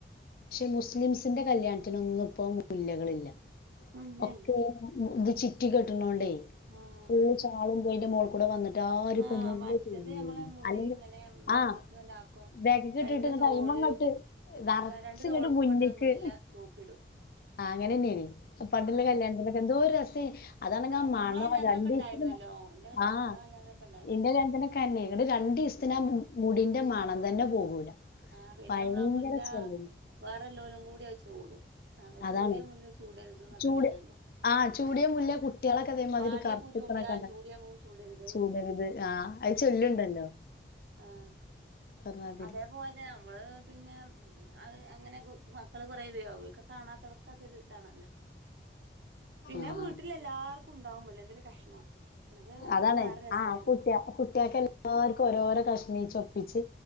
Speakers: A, on the left (about 50°); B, on the right (about 75°).
A: ശ്ശെ മുസ്ലിംസിന്റെ കല്യാൺത്തിനൊന്നും ഇപ്പം മുല്ലകളില്ല.
B: മുല്ലല്ല
A: ഒക്കെ ഇത് ചിറ്റി കെട്ട്ണോണ്ടേ
B: ആഹ്
A: ഫുള്ള്
B: അതെ
A: ഷാളും അയിന്റെ മോൾ ല്ലാരും
B: ആഹ്
A: പ്പം മുല്ല
B: മറ്റത്
A: ചൂടില്ലേനോ.
B: നമ്മളെ മുടി
A: അല്ലെങ്കി
B: ഇങ്ങനെ ബേക്ക്ക്ക്
A: ആഹ്
B: ഇങ്ങനെ ആക്കും
A: ബാക്ക്ക്ക് ഇട്ട്ട്ട്
B: രണ്ട്
A: <unintelligible>
B: തോളിലും
A: ന്നട്ട് നർ
B: രണ്ട്
A: ച്ച്ങ്ങട്ട്
B: തോൾക്കും
A: മുന്ന്ക്ക്
B: ഇങ്ങോട്ട് മുല്ല തൂക്കിടും
A: ആഹ് അങ്ങനെന്നേനി. പണ്ടുള്ള
B: ആഹ്
A: കല്യാൺത്തിനൊക്കെ എന്തോ രസ അതാണെങ്കി
B: ആഹ്
A: ആ
B: നമ്മളെ
A: മണോ
B: കല്യാണത്തിനൊക്കെ
A: രണ്ടീസ്ത്തിന്
B: ഉണ്ടായിരുന്നല്ലോ എന്റെ കല്യാണം
A: ആഹ്
B: നമ്മളെ കല്യാണത്തിനൊക്കെ ഉണ്ടായിരുന്നു
A: ഇന്റെ കല്യാൺത്തിനൊക്കെ അതെന്നേനി. രണ്ടീസ്ത്തിനാ
B: ആഹ്
A: ആ മുടീന്റെ മണം തന്നെ പോകൂല.
B: ആഹ് പിന്നെ
A: ഭയങ്കര
B: മ്മളാ മുല്ല
A: സ്മെല്ലിങ്
B: വേറെല്ലോലും കൂടി അത് ചൂടും. ആഹ് അപ്പം
A: അതാണ്
B: ചൂടിയ മുല്ല ചൂടരത് ന്നൊക്കെ
A: ചൂട്
B: പറയല്ലോ.
A: ആഹ് ചൂടിയ മുല്ല കുട്ട്യാളൊക്കെ ഇതേമാതിരി
B: വാടിയ
A: കറുപ്പിക്കണെ
B: പൂ ചൂടിയാലും
A: കണ്ട്
B: ചൂടിയ പൂ ചൂടരുത്
A: ചൂടരുത് ആഹ് അയ് ചൊല്ലുണ്ടല്ലോ.
B: ഉം ആഹ്
A: പറഞ്ഞാതിരി
B: അതേപോലെ നമ്മള് പിന്നെ അത് അങ്ങനെ വ മക്കള് പറയില്ലിയോ അവർക്ക് കാണാത്തവർക്ക് അതൊര് ഇതാണല്ലോ. പിന്നെ
A: ആഹ്
B: വീട്ടിലെല്ലാർ ക്കും ഉണ്ടാവും മുല്ലന്റെരു കഷ്ണം. അത് അതൊക്കെ
A: അതാണ്
B: വേറെ രസായിരുന്നു
A: ആഹ് കുട്ടിയ കുട്ട്യേക്ക് എല്ലാർക്കും ഓരോരോ കഷ്ണീച്ചെ ഒപ്പിച്ച്